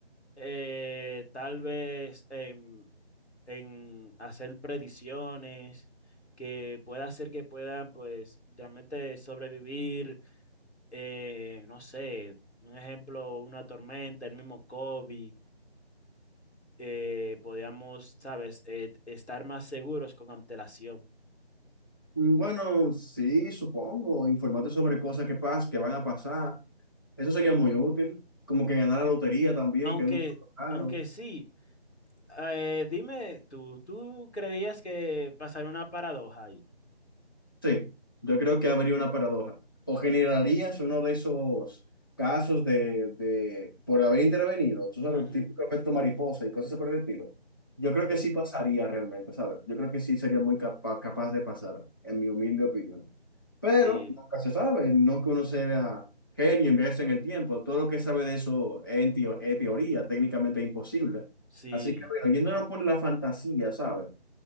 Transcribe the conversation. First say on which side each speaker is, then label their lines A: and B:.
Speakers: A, on the left (about 90°); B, on the left (about 20°).
A: eh, tal vez en, en hacer predicciones que pueda hacer que puedan pues realmente sobrevivir eh, no sé, un ejemplo, una tormenta, el mismo COVID, eh, podíamos, sabes, Eh, estar más seguros con antelación.
B: Mm, Bueno, sí, supongo. Informarte sobre cosas que pasan, que van a pasar. Eso sería
A: Ujú.
B: muy útil. Como que ganar la lotería también,
A: Aunque,
B: que nunca tocaron.
A: aunque sí, eh, dime, ¿tú, tú creías que pasaría una paradoja ahí?
B: Sí, yo creo que habría una paradoja. O generarías uno de esos casos de, de por haber intervenido, tú sabes,
A: Ujú,
B: tipo efecto mariposa y cosas por el estilo. Yo creo
A: Sí.
B: que sí pasaría realmente, ¿sabes? Yo creo que sí sería muy capa- capaz de pasar, en mi humilde opinión. Pero
A: Sí,
B: nunca se sabe, no que uno se vea genio, envejece en el tiempo. Todo lo que sabe de eso es, en teo- es teoría, técnicamente imposible.
A: sí,
B: Así que, bueno, yéndonos por la fantasía, ¿sabes?